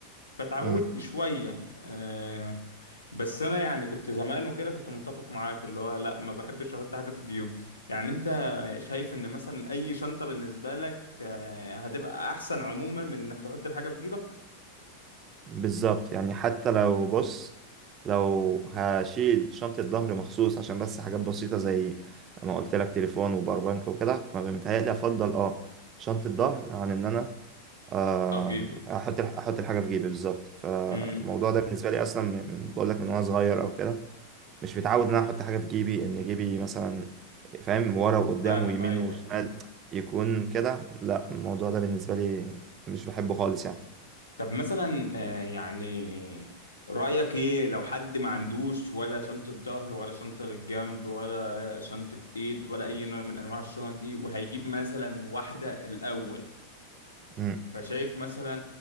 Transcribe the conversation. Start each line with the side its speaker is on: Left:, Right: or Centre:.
Left: فتعودت
Right: مم.
Left: شويه آه بس انا يعني كنت زمان وكده كنت متفق معاك اللي هو لا ما بحبش احط حاجه في جيوبي يعني انت شايف ان مثلا اي شنطه بالنسبه لك آه هتبقى احسن عموما من انك تحط الحاجه في جيبك
Right: بالظبط يعني حتى لو بص لو هشيل شنطة ظهر مخصوص عشان بس حاجات بسيطة زي ما قلت لك تليفون وباور بانك وكده فمتهيألي افضل اه شنطة ظهر عن ان انا آم،
Left: تحطها في جيبك
Right: احط احط الحاجة في جيبي بالظبط فالموضوع
Left: امم
Right: ده بالنسبة لي اصلا من- بقول لك من وانا صغير او كده مش متعود ان انا احط حاجة في جيبي ان جيبي مثلا فاهم ورا وقدام
Left: فاهم
Right: ويمين
Left: ايوه
Right: وشمال
Left: ايوه
Right: يكون كده لا الموضوع ده بالنسبة لي مش بحبه خالص يعني
Left: طب مثلا آه، يعني رأيك ايه لو حد ما عندوش ولا شنطة ظهر ولا شنطة بالجنب ولا شنطة ايد ولا اي نوع من انواع الشنط دي وهيجيب مثلا واحدة الاول
Right: مم.
Left: فشايف مثلا